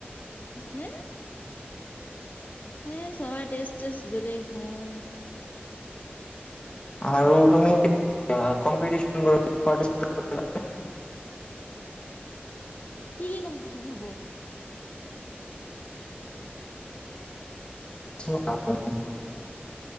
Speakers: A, on the left (about 45°); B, on the left (about 25°).
A: হে। হে, সবাই টেষ্ট টেষ্ট বেলেগ ভাই।
B: আৰু তুমি কম্পিতিছন <unintelligible> পাৰ্তিছিপেত। <unintelligible>
A: কি কি কম্পিটিশন হব?
B: <unintelligible>